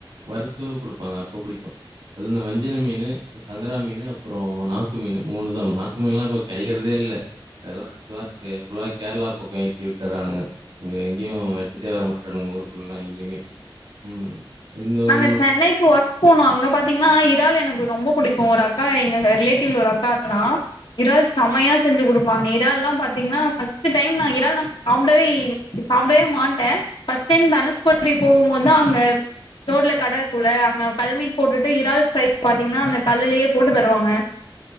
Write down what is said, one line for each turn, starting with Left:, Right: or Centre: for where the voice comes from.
Right: வறுத்து குடுப்பாங்க அப்ப புடிக்கு அது இந்த வஞ்சன மீனு சங்கரா மீனு அப்புறோ நாக்கு மீனு மூணு தா நாக்கு மீன்லா இப்போ கெடைக்கிறதே இல்லே அதெல்லா <inaudible> ஃபுல்லா கேர்ளா பக்க ஏத்தி விட்டுறானுங்க இங்க எங்கயு எடுத்துட்டே வர மாட்டானுங்க ஊருக்குள்ள எங்கேயுமே ம் இந்த ஒரு
Left: நாங்க சென்னைக்கு ஒ போணோ அங்க பாத்தீங்கன்னா இறால் எனக்கு ரொம்ப புடிக்கு ஒரு அக்கா எங்க ரிலேட்டிவ்ல ஒரு அக்கா தா இறால் சமையா செஞ்சு குடுப்பாங்க இரால்லா பாத்தீஙன்னா பஸ்ட்டு டைம் நா இறால் நா சாப்டவே சாப்டவே மாட்டே பர்ஸ்ட் டைம் தனுஸ்கோடி போம் போதுதா அங்க ரோட்ல கட இருக்குல்ல அங்க கல்மீன் போட்டுட்டு இறால் ஃப்ரை பாத்தீங்ன்னா அந்த கல்லுலேயே போட்டு தருவாங்க